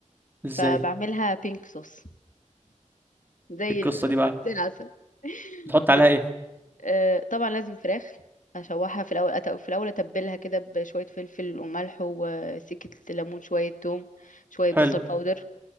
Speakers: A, on the left; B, on the right.
A: فبعملها
B: ازاي
A: بينك صوص زي
B: القصة
A: ال...
B: دي بقى
A: زي العسل
B: بتحط
A: بت...
B: عليها ايه
A: آه، طبعا لازم فراخ اشوحها في الاول أت... في الاول اتبلها كده بشويه فلفل وملح وسكه ليمون شويه توم شويه بصل
B: حلو
A: باودر